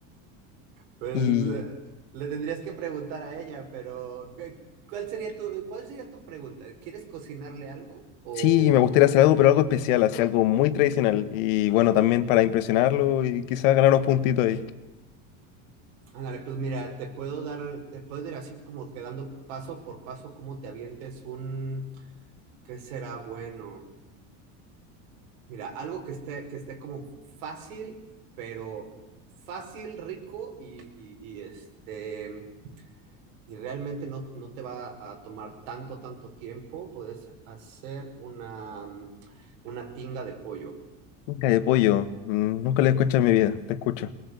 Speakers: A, on the right (about 85°); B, on the left (about 80°).
A: Pues
B: Y
A: eh, le tendrías que preguntar a ella, pero ¿qué- ¿cuál sería tu, cuál sería tu pregunta? ¿Quieres cocinarle algo o...?
B: Sí, me gustaría hacer algo, pero algo especial, así algo muy tradicional. Y bueno, también para impresionarlo y quizás ganar unos puntitos ahí.
A: Ándale, pues mira, te puedo dar, te puedo ir así como quedando paso por paso cómo te avientes un, ¿qué será bueno? Mira, algo que esté, que esté como fácil, pero fácil, rico y, y, y este, y realmente no, no te va a tomar tanto, tanto tiempo. Puedes hacer una, mm, una tinga de pollo.
B: Nunca de pollo, mm, nunca lo he escuchado en mi vida, te escucho.